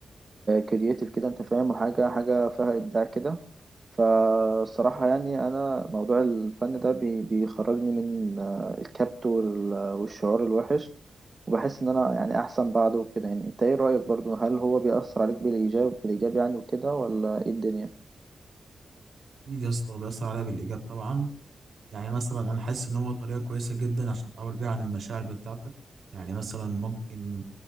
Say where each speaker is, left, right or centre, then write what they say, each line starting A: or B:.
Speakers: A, on the right; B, on the right.
A: كرياتيف كده انت فاهم حاجه حاجه فيها ابداع كده فالصراحة يعني أنا موضوع الفن ده بي- بيخرجني من آه، الكبت وال- والشعور الوحش وبحس إن أنا يعني أحسن بعده وكده يعني أنت إيه رأيك برضو هل هو بيأثر عليك بالإيجاب بالإيجاب يعني وكده ولا إيه الدنيا؟
B: أكيد يا اسطى هو بيأثر عليها بالإيجاب طبعا يعني مثلا أنا حاسس إن هو طريقة كويسة جدا عشان تعبر بيها عن المشاعر بتاعتك يعني مثلا ممكن